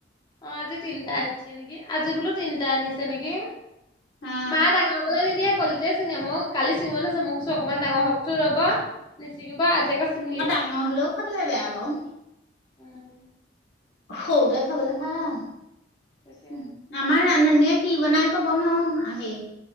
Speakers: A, on the left (about 25°); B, on the left (about 65°).
A: অঁ আজি তিনটা আনিছে নেকি? আজি বোলো তিনিটা আনিছে নেকি?
B: অ
A: মা ডাঙৰ হবলে নিদিয়ে, কলিতে চিঙে। মোক কালি ছিঙিব লৈছে। মই কৈছো, অকমান ডাঙৰ হকচোন ৰব, নিছিঙিবা আজি আকৌ ছিঙিলি।
B: ঙ হল' খাবলে বেয়া বাৱ।
A: উম।
B: সৰুতে খাবলে ভাল।
A: তাকে
B: আমাৰ ৰান্ধনীয়ে কি বনাই কব নোৱাৰো আহি।